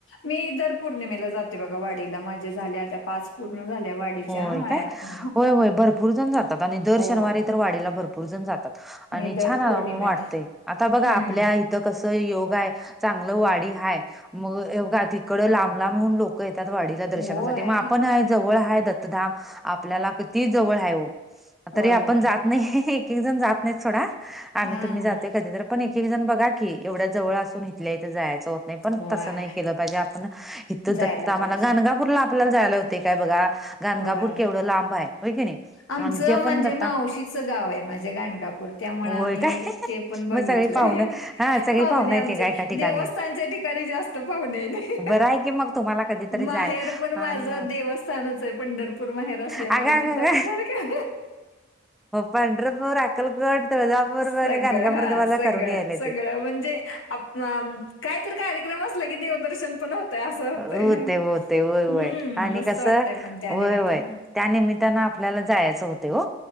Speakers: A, on the left; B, in the centre.
A: मी दर पौर्णिमेला जाते बघा वाडीला. माझ्या झाल्या आता पाच पूर्ण झाल्या वाडी च्या
B: होय काय?
A: <unintelligible>
B: होय होय भरपूर जण जातात आणि दर शनिवारी
A: हो
B: तर वाडीला भरपूर जण जातात. आणि
A: मी दर
B: छान
A: पौर्णिमेला
B: वाटते. आता बघा
A: हम्म
B: आपल्या इथं कस योगा हाय, चांगलं वाडी हाय. मग या त इकडं लांब लांबून लोकं येतात वाडीला दर्शनासाठी,
A: होय
B: मग आपण हाय जवळ हाय आपल्याला किती जवळ हाय हो
A: होय
B: तरी आपण
A: होय
B: जात नाही एक एक जण जात नाही सोडा आम्ही
A: हम्म
B: तुम्ही जाते कधी तर पण एक एक जण बघा की, एवढ्या जवळ असून इथल्या इथे जायचं होतं नाही पण
A: होय
B: तसं नाही केलं पाहिजे. आपण इथं
A: जायला
B: दत्त आम्हाला
A: पाहिजे
B: गाणगापूरला आपल्याला जायला होते काय बघा, गाणगापूर
A: होय
B: केवढं लांब आहे होय की नाही.
A: आमचं
B: आणि ते
A: म्हणजे
B: पण आता
A: मावशीचं गाव आहे माझ्या गाणगापूर त्यामुळे
B: होय
A: आम्ही
B: काय
A: ते पण बघितलंय.
B: मग सगळी पाहुणं हा सगळी
A: पाहुणे
B: पाहुणं
A: आमचे
B: येते का एका ठिकाणी
A: देवस्थानच्या ठिकाणी जास्त पाहुणे आहेत.
B: बरं आहे की मग तुम्हाला कधीतरी
A: माहेर
B: जायला
A: पण माझ
B: आणि
A: देव स्थानच आहे. पंढरपूर माहेर असल्यामुळ
B: अग अग
A: तिथे पण सारा
B: पंढरपूर अक्कलकोट तुळजापूर
A: सगळं
B: आणि गाणगापूर
A: हा
B: तुम्हाला
A: सगळं
B: करून यायला
A: सगळं
B: ते
A: म्हणजे आपलं काय तर कार्यक्रम असल की, देवदर्शन पण तर असं होतय.
B: होते होते होय होय
A: हं,
B: आणि
A: मस्त
B: कसं
A: वाटतंय पण त्या
B: होय
A: निमित्तानं.
B: होय त्या निमित्तानं आपल्याला जायचं होते हो